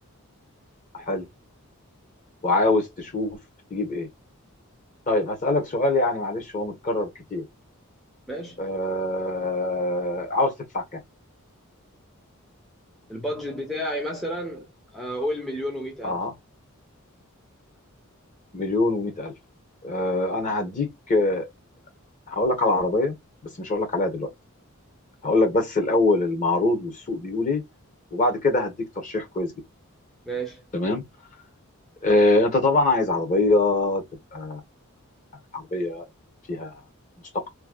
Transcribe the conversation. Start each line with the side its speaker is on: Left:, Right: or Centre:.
Left: حلو وعاوز تشوف تجيب ايه طيب هسألك سؤال يعني معلش هو متكرر كتير
Centre: ماشي
Left: آه عاوز تدفع كام
Centre: البادجت بتاعي مثلا اقول مليون ومئة
Left: اه
Centre: الف
Left: مليون ومئة ألف آه انا هديك آه هقول لك على عربية بس مش هقول لك عليها دلوقتي هقول لك بس الأول المعروض والسوق بيقول ايه وبعد كده هديك ترشيح كويس جدا
Centre: ماشي
Left: تمام آه، انت طبعا عايز عربيه تبقى عربيه فيها مستق